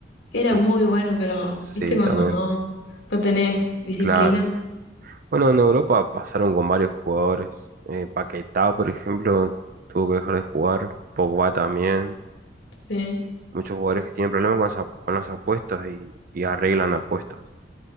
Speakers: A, on the left; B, on the right.
A: Era
B: Cent-
A: muy bueno, pero
B: sí,
A: viste cuando
B: también,
A: no, no tenés disciplina.
B: claro. Bueno, en Europa pasaron con varios jugadores. Eh, Paquetá, por ejemplo, tuvo que dejar de jugar. Pogba también.
A: Sí.
B: Muchos jugadores que tienen problemas con, las ap- con las apuestas y, y arreglan apuestas.